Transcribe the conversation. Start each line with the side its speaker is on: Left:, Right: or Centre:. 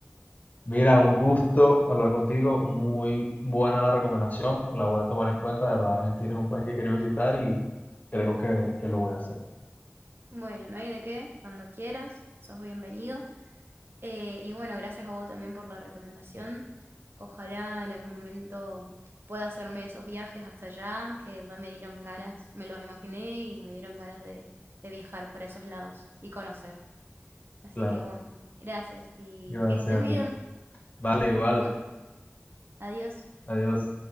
Left: Mira, un gusto hablar contigo, muy buena la recomendación, la voy a tomar en cuenta, de verdad Argentina es un país que quiero visitar y creo que, que lo voy a hacer.
Right: Bueno, no hay de qué. Cuando quieras, sos bienvenido. Eh, y bueno, gracias a vos también por la recomendación. Ojalá en algún momento pueda hacerme esos viajes hasta allá, que ya me dieron ganas, me los imaginé y me dieron ganas de, de viajar para esos lados y conocer. Así
Left: Claro,
Right: que bueno, gracias y
Left: gracias
Right: que estés
Left: a
Right: bien.
Left: ti. Vale, igual,
Right: Bueno, adiós.
Left: adiós.